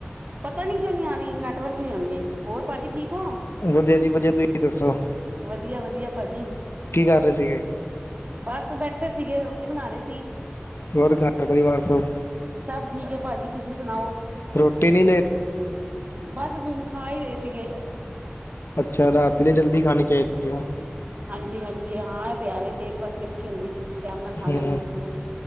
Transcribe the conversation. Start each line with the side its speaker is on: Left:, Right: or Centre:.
Right: ਪਤਾ ਨੀ ਕਿਉਂ ਨੀ ਆ ਰਹੀ ਨੈਟਵਰਕ ਨਹੀਂ ਆਉਣਗੇ ਹੋਰ ਭਾਜੀ ਠੀਕ। ਹੋ
Left: ਵਧੀਆ ਜੀ ਵਧੀਆ ਤੁਸੀਂ ਦੱਸੋ।
Right: ਵਧੀਆ ਵਧੀਆ ਭਾਜੀ
Left: ਕੀ ਕਰ ਰਹੇ ਸੀਗੇ
Right: ਬਸ ਬੈਠੇ। ਇਥੇ ਸੀਗੇ ਰੋਟੀ ਬਣਾ ਰਏ ਸੀ।
Left: ਹੋਰ ਘਰ ਪਰਿਵਾਰ ਸਭ-
Right: ਸਭ ਠੀਕ ਹੈ ਭਾਜੀ ਤੁਸੀਂ ਸੁਣਾਓ।
Left: ਰੋਟੀ ਨੀ ਲੇਟ।
Right: ਬਸ! ਹੁਣ ਖਾ ਹੀ ਰਹੇ ਸੀਗੇ।
Left: ਅੱਛਾ ਰਾਤੀਲੇ ਜਲਦੀ ਖਾਣੀ ਚਾਹੀਦੀ ਹੈ।
Right: ਹਾਂਜੀ ਹਾਂਜੀ! ਹਾਂ ਇਹ ਤੇ ਆਵੇ ਸਿਹਤ ਵਾਸਤੇ ਅੱਛੀ ਹੁੰਦੀ ਜਲਦੀ। ਟਾਈਮ ਨਾਲ ਖਾ
Left: ਹੂੰ
Right: ਲੈਣੀ ਚਾਹੀਦੀ ਹੈ।